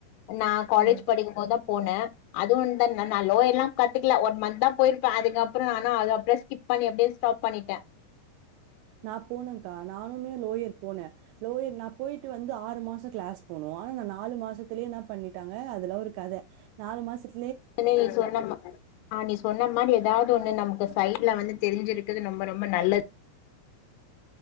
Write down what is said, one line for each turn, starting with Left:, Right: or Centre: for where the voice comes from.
Left: நா காலேஜ்
Right: ஆமா.
Left: படிக்கு போதுத போனே அதுவு த நா நா லோயர் ல்லா கத்துக்கல ஒன் மன்த்த போயிருப்பே அதுக்கப்பற நானு அது அப்பற ஸ்கிப் பண்ணி அப்புடியே ஸ்டாப் பண்ணிட்டே
Right: நா போனன்கா நானுமே லோயர் போனே லோயர் நா போயிட்டு வந்து ஆறு மாச கிளாஸ் போனு ஆனா நா நாலு மாசத்துலயே என்ன பண்ணிட்டாங்க அதெல்லா ஒரு கத நாலு மாசத்
Left: என்ன நீ சொன்னமாரி ஆ நீ சொன்ன மாரி ஏதாவது ந்துவுனே நமக்கு சைடுல வந்து தெரிஞ்சிருக்கது ரொம்ப ரொம்ப நல்லது